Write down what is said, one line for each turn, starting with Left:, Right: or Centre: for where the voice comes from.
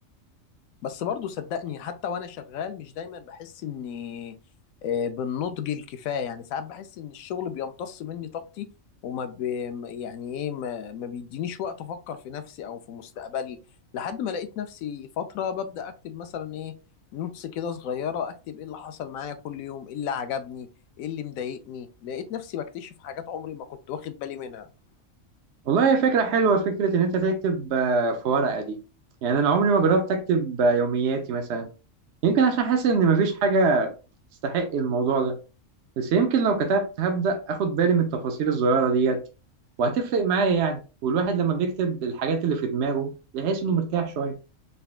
Left: بس برضو صدقني حتى وانا شغال مش دايما بحس اني آه، بالنضج الكفايه يعني ساعات بحس ان الشغل بيمتص مني طاقتي وما ب... يعني ايه ما... ما بيدينيش وقت افكر في نفسي او في مستقبلي لحد ما لقيت نفسي فتره ببدا اكتب مثلا ايه نوتس كده صغيره اكتب ايه اللي حصل معايا كل يوم ايه اللي عجبني ايه اللي مضايقني لقيت نفسي بكتشف حاجات عمري ما كنت واخد بالي منها
Right: والله هي فكرة حلوة فكرة إن أنت تكتب آه، في ورقة دي يعني أنا عمري ما جربت أكتب آه، يومياتي مثلا يمكن عشان حاسس إن مفيش حاجة تستحق الموضوع ده بس يمكن لو كتبت هبدأ أخد بالي من التفاصيل الصغيرة ديت وهتفرق معايا يعني والواحد لما بيكتب الحاجات اللي في دماغه بيحس إنه مرتاح شوية